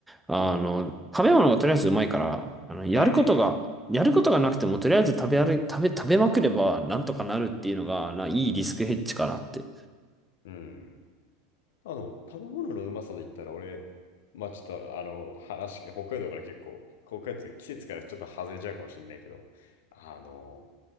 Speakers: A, in the centre; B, on the left.
A: あの、食べ物がとりあえずうまいから、あの、やることが、
B: うまいね。
A: やることがなくてもとりあえず食べ歩い、食べ、食べまくればなんとかなるっていうのが、な、いいリスクヘッジかなって。
B: うん。あの、食べ物のうまさで言ったら、俺、まあちょっと、あの、話、北海道から結構、北海道って季節からちょっと外れちゃうかもしれないけど、あの、